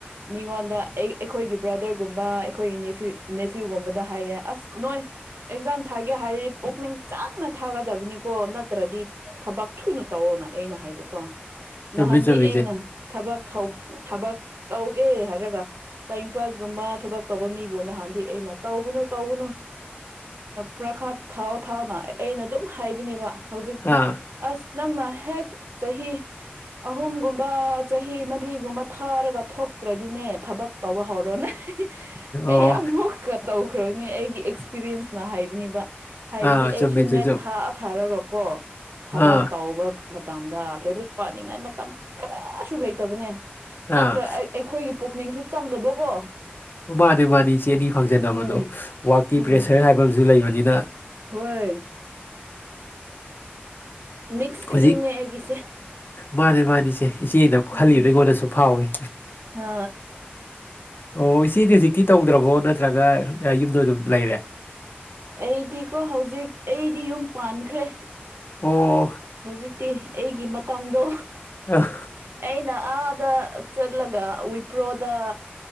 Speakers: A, on the right; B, on the left.
A: ꯃꯤꯉꯣꯟꯗ ꯑꯩ ꯑꯩꯈꯣꯏꯒꯤ ꯕ꯭ꯔꯗꯔꯒꯨꯝꯕ ꯑꯩꯈꯣꯏꯒꯤ ꯅꯦꯐ꯭ꯌꯨ ꯅꯦꯐ꯭ꯌꯨꯒꯨꯝꯕꯗ ꯍꯥꯏꯌꯦ ꯑꯁ ꯅꯣꯏ ꯑꯦꯛꯖꯥꯝ ꯊꯥꯒꯦ ꯍꯥꯏꯔꯤ ꯄꯨꯛꯅꯤꯡ ꯆꯪꯅ ꯊꯥꯒꯗꯕꯅꯤ ꯀꯣ ꯅꯠꯇ꯭ꯔꯗꯤ ꯊꯕꯛ ꯊꯨꯅ ꯇꯧꯑꯣꯅ ꯑꯩꯅ ꯍꯥꯏꯕꯀꯣ
B: ꯆꯨꯝꯃꯤ
A: ꯅꯍꯥꯟꯗꯤ
B: ꯆꯨꯝꯃꯤꯁꯦ
A: ꯑꯩꯅ ꯊꯕꯛ ꯊꯕꯛ ꯇꯧꯒꯦ ꯍꯥꯏꯔꯒ ꯇꯥꯏꯝ ꯄꯥꯁꯒꯨꯝꯕ ꯊꯕꯛ ꯇꯧꯕ ꯃꯤꯕꯨ ꯅꯍꯥꯟꯗꯤ ꯑꯩꯅ ꯇꯧꯒꯅꯨ ꯇꯧꯒꯅꯨ ꯄ꯭ꯔꯈꯥꯠ ꯊꯥꯎ ꯊꯥꯎꯅ ꯑꯩꯅ ꯑꯗꯨꯝ ꯍꯥꯏꯕꯅꯦꯕ ꯍꯧꯖꯤꯛꯇꯤ
B: ꯑꯥ
A: ꯑꯁ ꯅꯪꯅ ꯍꯦꯛ ꯆꯍꯤ ꯑꯍꯨꯝꯒꯨꯝꯕ ꯆꯍꯤ ꯃꯔꯤꯒꯨꯝꯕ ꯊꯥꯔꯒ ꯊꯣꯛꯇ꯭ꯔꯗꯤꯅꯦ ꯊꯕꯛ ꯇꯧꯕ ꯍꯧꯔꯣꯅꯦ ꯑꯩ
B: ꯑꯣ
A: ꯑꯃꯨꯛꯀ ꯇꯧꯈ꯭ꯔꯕꯅꯦ ꯑꯩꯒꯤ ꯑꯦꯛꯁꯄꯤꯔꯤꯌꯦꯟꯁꯅ ꯍꯥꯏꯕꯅꯤꯕ ꯍꯥꯏꯕꯗꯤ
B: ꯑꯥ ꯆꯨꯝꯃꯤꯗꯨꯁꯨ
A: ꯑꯩꯁꯨ ꯅꯦꯠ ꯊꯥꯑ ꯊꯥꯔꯒꯀꯣ ꯊꯕꯥꯛ
B: ꯑꯥ
A: ꯇꯧꯕ ꯃꯇꯗ ꯂꯥꯏꯔꯤꯛ ꯄꯥꯅꯤꯡꯉꯥꯏ ꯃꯇꯝ ꯈꯔꯁꯨ ꯂꯩꯇꯕꯅꯦ
B: ꯑꯥ
A: ꯅꯠꯇ꯭ꯔ ꯑꯩ ꯑꯩꯈꯣꯏꯒꯤ ꯄꯨꯛꯅꯤꯡꯁꯨ ꯆꯪꯗꯕꯀꯣ
B: ꯑꯣ ꯃꯥꯅꯦ ꯃꯥꯅꯤ ꯆꯦꯅꯤ ꯐꯪꯖꯕꯗꯣ
A: ꯎꯝ
B: ꯋꯛꯀꯤ
A: ꯎꯝ
B: ꯄ꯭ꯔꯦꯁꯔ ꯍꯥꯏꯕ ꯑꯃꯁꯨ ꯂꯩꯕꯅꯤꯅ
A: ꯍꯣꯏ ꯃꯤꯛꯁ
B: ꯍꯧꯖꯤꯛ
A: ꯐꯤꯂꯤꯡꯅꯦ ꯑꯩꯒꯤꯁꯦ
B: ꯃꯥꯅꯦ ꯃꯥꯅꯤ ꯏꯆꯦ ꯏꯆꯦꯅ ꯈꯜꯂꯤꯕ
A: ꯎꯝ
B: ꯑꯩꯉꯣꯟꯗꯁꯨ ꯐꯥꯎꯏꯦ
A: ꯑ
B: ꯑꯣ ꯏꯆꯦꯗꯤ ꯍꯧꯖꯤꯛꯇꯤ ꯇꯧꯗ꯭ꯔꯕꯣ ꯅꯠꯇ꯭ꯔꯒ ꯌꯨꯝꯗꯣ ꯑꯗꯨꯝ ꯂꯩꯔꯦ
A: ꯑꯩꯗꯤꯀꯣ ꯍꯧꯖꯤꯛ ꯑꯩꯗꯤ ꯌꯨꯝ ꯄꯥꯟꯈ꯭ꯔꯦ
B: ꯑꯣ
A: ꯍꯧꯖꯤꯛꯇꯤ ꯑꯩꯒꯤ ꯃꯇꯝꯗꯣ
B: ꯑꯥ
A: ꯑꯩꯅ ꯑꯗ ꯆꯠꯂꯒ ꯋꯨꯏꯄ꯭ꯔꯣꯗ